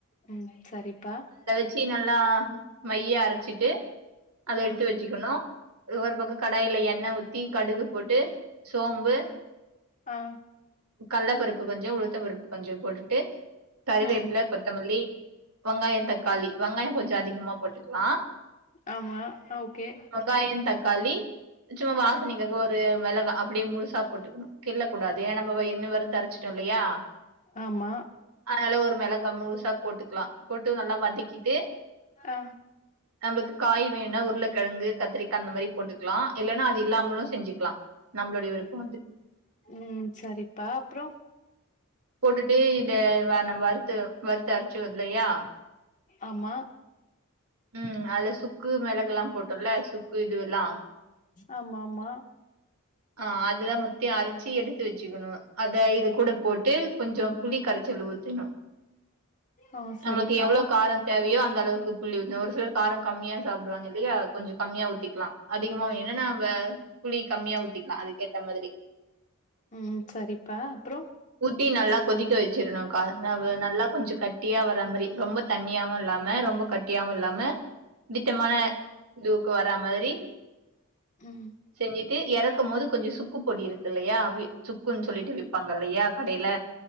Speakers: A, on the left; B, on the right.
A: ம் சரிப்பா
B: ச்சி நல்லா மையா அரைச்சிட்டு அத எடுத்து
A: ம்
B: வச்சுக்கணு ஒரு பக்கம் கடாயில எண்ணெ ஊத்தி கடுகு போட்டு சோம்பு
A: ஆ
B: கள்ள பருப்பு கொஞ்சோ உளுத்த பருப்பு கொஞ்சோ போட்டுட்டு கறிவேப்புள்ள
A: ம்
B: கொத்தமல்லி வெங்காயோ தக்காளி வெங்காயோ கொஞ்சோ அதிகமா போட்டுக்கலா
A: ஆமா ஓகே
B: வெங்காயோ தக்காளி சும்மா
A: ம்
B: வாசனைக்காக ஒரு அது மிளகா அப்டியே முழுசா போட்டுக்கணு கில்லக்க கூடாது ஏன்னா நம்ம இன்னு வருத்துதரிச்சிட்டோ இல்லையா
A: ஆமா
B: அதனால ஒரு மெளகாய் முழுசா போட்டுக்கலா போட்டு நல்லா வதக்கிட்டு
A: ஆ
B: நம்மளுக்கு காய் வேணா உருளைக்கிழங்கு கத்திரிக்கா அந்த மாதிரி போட்டுக்கலா இல்லைன்னா அது இல்லாமலு செஞ்சுக்கலா நம்மளுடய விருப்போ அது
A: ம் சரிப்பா அப்புறோ
B: போட்டுட்டு இத வ நம்ம வறுத்து வறுத்து அரைச்சொ இல்லையா
A: ஆமா
B: ம் அதுல சுக்கு மிளகு எல்லா போட்டோம்ல சுக்கு இது எல்லா
A: ஆமாமா
B: ஆ அதுதா மொத்திய அரச்சு எடுத்து வச்சுக்கணும் அத இது கூட போட்டு கொஞ்ச புளி கரச்சல் ஊத்தணும்
A: ஆ
B: நம்மளுக்கு
A: சரிப்பா
B: எவ்ளோ கார தேவையோ அந்த அளவுக்கு புள்ளி ஊத்தன்னு ஒரு சிலர் கார கம்மியா சாப்டுவாங்க இல்லயா கொஞ்ச கம்மியா ஊத்திக்கலா அதிகமா வேனுனா நம்ப புளி கம்மியா ஊத்திக்கலா அதுக்கேத்த மாதிரி
A: ம் சரிப்பா அப்பற
B: ஊத்தி நல்லா கொதிக்க வச்சிருணும்் <unintelligible> நல்லா கொஞ்ச கட்டியா வர மாதிரி ரொம்ப தண்ணியாவு இல்லாம ரொம்ப கட்டியாவு இல்லாம திட்டமான
A: ஆ
B: இதுவுக்கு வரா மாதிரி
A: ம்
B: செஞ்சிட்டு இறக்கும் போது கொஞ்ச சுக்கு பொடி இருக்கு இல்லயா சுக்குன்னு சொல்லிட்டு விப்பாங்க இல்லயா கடையில